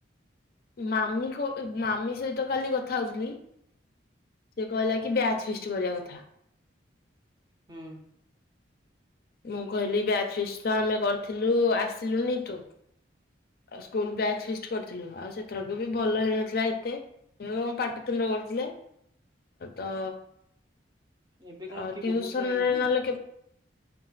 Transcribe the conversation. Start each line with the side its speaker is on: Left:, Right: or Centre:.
Left: ମାମିକୁ ଉ ମାମି ସହିତ କାଲି କଥା ହଉଥିଲି। ସେ କହିଲା କି ବ୍ୟାଚ୍ ଫିଷ୍ଟ କରିବା କଥା।
Right: ହୁଁ।
Left: ମୁଁ କହିଲି ବ୍ୟାଚ୍ ଫିଷ୍ଟ୍ ତ ଆମେ କରିଥିଲୁ ଆସିଲୁନି ତୁ। ଆଉ ସ୍କୁଲ୍ ବ୍ୟାଚ୍ ଫିଷ୍ଟ୍ କରିଥିଲୁ ଆଉ ସେଥରକ ବି ଭଲ ହେଇନଥିଲା ଏତେ। <unintelligible> ପାଟିତୁଣ୍ଡ କରିଥିଲେ ତ
Right: ଏବେ କଣ
Left: ଆ
Right: କିଏ
Left: ଟିଉସନରେ
Right: ବୋବଉଥିଲା ଜାଣିଛୁ?
Left: ନହେଲେ କେ-